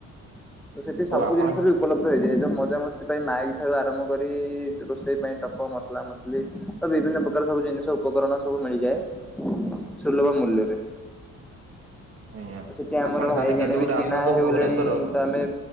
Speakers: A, in the centre; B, on the right.
A: ତ ସେଠି ସବୁ
B: ଓ ଆପଣ
A: ଜିନିଷ ଉପଲବ୍ଧ ହେଇଯାଏ ତ ମଜାମସ୍ତି ପାଇଁ ମାଇକ୍ ଠାରୁ ଆରମ୍ଭ କରି ରୋଷେଇ ପାଇଁ ଟପ ମସଲା ମସଲି। ବିଭିନ୍ନ ପ୍ରକାର ସବୁ ଜିନିଷ ଉପକରଣ ସବୁ ମିଳିଯାଏ। ସୁଲଭ ମୂଲ୍ୟରେ।
B: ଆଜ୍ଞା
A: ଆଉ ସେଠି ଆମର
B: ଆପଣ
A: ଭାଇ
B: ତାହେଲେ
A: ଜଣେ
B: କେବେ ଗୋଟେ
A: ବି ଚିହ୍ନା
B: ଆସନ୍ତୁ
A: ହେଇଗଲେଣି।
B: ଭୁବନେଶ୍ଵର
A: ତ ଆମେ